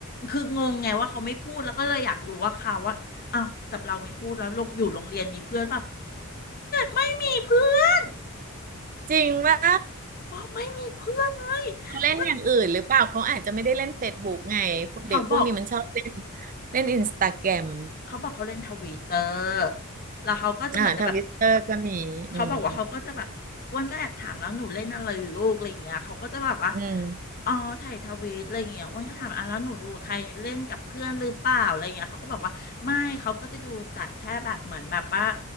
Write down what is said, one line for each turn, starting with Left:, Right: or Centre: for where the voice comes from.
Left: คืองงไงว่าเขาไม่พูดแล้วก็เลยอยากรู้ว่าเขาว่าอ้าวกับเราไม่พูดแล้วลงอยู่โรงเรียนมีเพื่อนเปล่าไม่มีเพื่อน
Right: จริงว่า
Left: บอกไม่มีเพื่อนเลยอ้วน
Right: เขาเล่นอย่างอื่นหรือเปล่าเขาอาจจะไม่ได้เล่นเฟซบุ๊กไงพวกเด็กพวกนี้มันชอบเล่น
Left: เขาบอก
Right: เล่นอินสตาแกรม
Left: เขาบอกเขาเล่นทวิตเตอร์แล้วเขาก็จะเหมือนจะแบบ
Right: อ่าทวิสเตอร์ก็มีอืม
Left: เขาบอกว่าเขาก็จะแบบอ้วนก็แอบถามแล้วหนูเล่นอะไรหรือลูกอะไรอย่างเงี้ยเขาก็จะแบบว่า
Right: อืม
Left: อ๋อถ่ายทวีตอะไรอย่างเงี้ยอ้วนก็ถามอ่ะแล้วหนูดูใครเล่นกับเพื่อนหรือเปล่าอะไรอย่างเงี้ยเขาก็บอกว่าไม่เขาก็จะดูแต่แค่แบบเหมือนแบบว่า